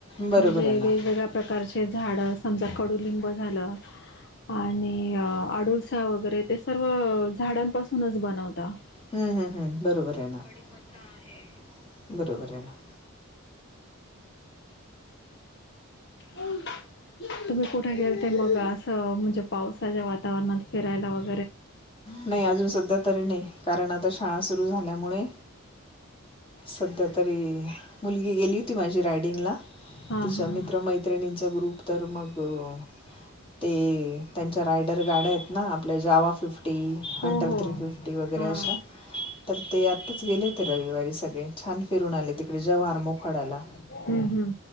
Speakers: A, on the left; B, on the left.
A: बरोबर
B: म्हणजे
A: आहे ना
B: वेगवेगळ्या प्रकारचे झाडं समजा कडुलिंब झालं आणि आडूळसा वगैरे ते सर्व झाडांपासूनच बनवता
A: हम्म हम्म हम् बरोबर आहे कडीपत्ता आहे बरोबर आहे ना
B: ह तुम्ही कुठे गेलेथे तर मग असं म्हणजे पावसाच्या वातावरणात फिरायला वग
A: नाही अजून सध्या तरी नाही कारण आता शाळा सुरू झाल्यामुळे सध्या तरी मुलगी गेली ती माझी रायडिंगला
B: हां
A: तिच्या
B: हां
A: मित्र मैत्रिणींचा ग्रुप तर मग हो ते त्यांच्या रायडर गाड्या आहेत ना आपल्या जावा फिफ्टी फिफ्टी
B: हो
A: हंड्रड
B: हो
A: थ्री फिफ्टी वगैरे
B: हां
A: अशा तर ते आतच गेले ते रविवारी सगळे छान फिरून आले तिकडे जव्हार मोखाड्याला
B: हम